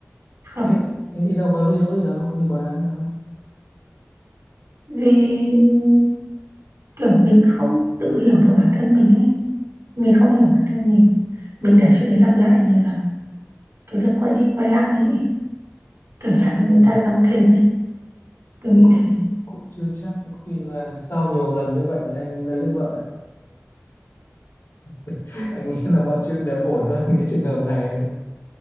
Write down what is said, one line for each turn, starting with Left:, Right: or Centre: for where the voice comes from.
Right: không
Left: thế, thế thì đâu có lỗi gì đâu có gì quá đáng đâu
Right: vì kiểu mình không tự hiểu được bản thân mình ấy mình không hiểu bản thân mình mình để chuyện đấy lặp lại nhiều lần cái việc quay đi quay lại ấy kiểu làm
Left: Ừ.
Right: cho người ta đau thêm ấy tôi nghĩ
Left: cũng
Right: thế
Left: cũng chưa chắc có khi là sau nhiều lần như vậy thì anh mới lấy được vợ ấy. <laughs> anh nghĩ là mọi chuyện đều ổn hơn cái trường hợp này nên